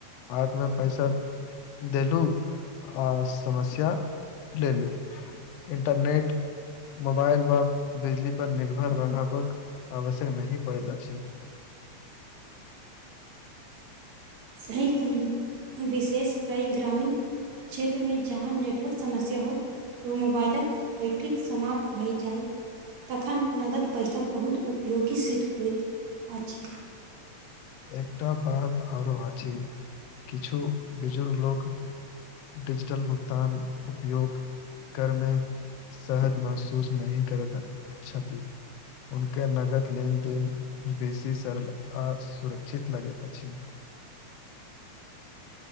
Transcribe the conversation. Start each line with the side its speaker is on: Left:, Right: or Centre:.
Left: हाथ में पैसा। देलू आ समस्या लेलु। इंटरनेट। मोबाइल व बिजली पर निर्भर रहबक आवश्यक नही पड़ेत अछी।
Right: सही कहलु विशेष कई ग्रामीण। क्षेत्र में जहाँ नेटवर्क समस्या हो। ओ मोबाइलक बैटरीक समाप्त भइ जाए। तखन नगद पैसा बहुत उपयोगी सिद्ध होइत अछि।
Left: एकटा बात आरो आजी किछु बुजुर्ग लोग। डिजिटल भुगतान उपयोग <inaudible> करमे। सहज महसूस नहीं करत <inaudible> छति उनके नगद लेनदेन बेसी सरल अ सुरक्षित लगेत अछी।